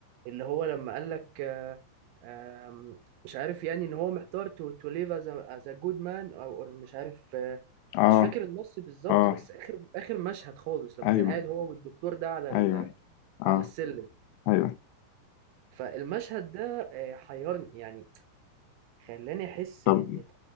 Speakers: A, on the right; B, on the left.
A: اللي هو لما قال لك آه آم، مش عارف يعني ان هو محتار تو تو ليف از ا جود مان او or مش عارف آه،
B: أه
A: مش فاكر النص بالظبط
B: أه
A: بس اخر اخر مشهد خالص لما
B: أيوه
A: كان قاعد هو والدكتور ده على ال
B: أيوه
A: على
B: أه
A: السلم
B: أيوه
A: فالمشهد ده آه، حيرني يعني خلاني احس
B: طب
A: ان